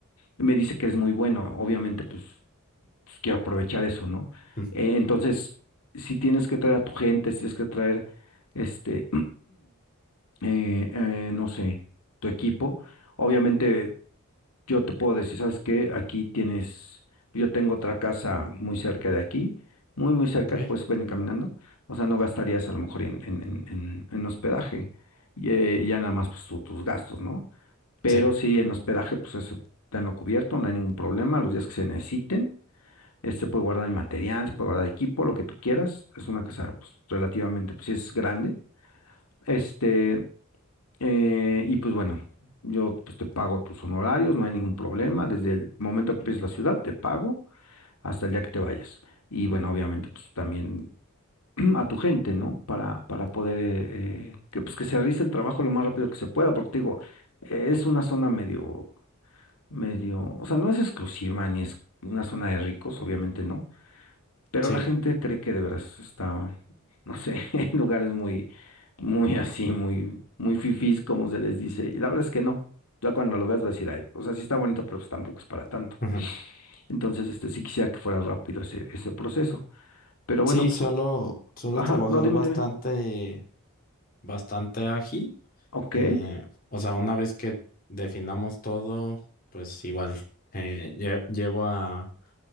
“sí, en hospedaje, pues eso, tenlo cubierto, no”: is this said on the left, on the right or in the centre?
Left